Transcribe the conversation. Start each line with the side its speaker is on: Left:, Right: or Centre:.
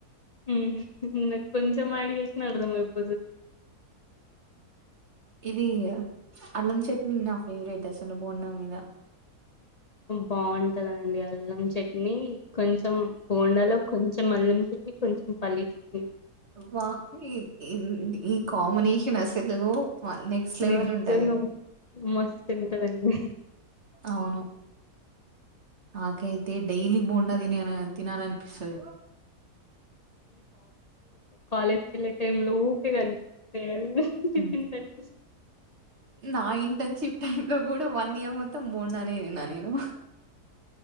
Left: హ్మ్ ఇంగ కొంచం యాడ్ చేసిన అర్థం అయిపో
Right: ఇది అల్లం చట్నీ నా ఫేవరెట్ అసలు బోండా మీద
Left: బాగుంటదండి అల్లం చట్నీ కొంచెం బోండాలో కొంచెం అల్లం చట్నీ కొంచెం పల్లి చట్నీ
Right: వా ఈ ఈ కాంబినేషన్ అసలు నెక్స్ట్ లెవెల్
Left: నిజంగా
Right: ఉంటది
Left: మస్తు ఉంటదండి
Right: అవును నాకైతే డైలీ బోండా తినేయలి తినాలనిపిస్తది
Left: కాలేజ్ కి ఏళ్ళే టైమ్ లో ఊకే కనిపిస్తాయ్ ఊకె
Right: హ్మ్.
Left: తింటా అనిపిస్త
Right: నా ఇంటర్నన్షిప్ టైం లో కూడా వన్ ఇయర్ మొత్తం బొండానే తిన్నా నేను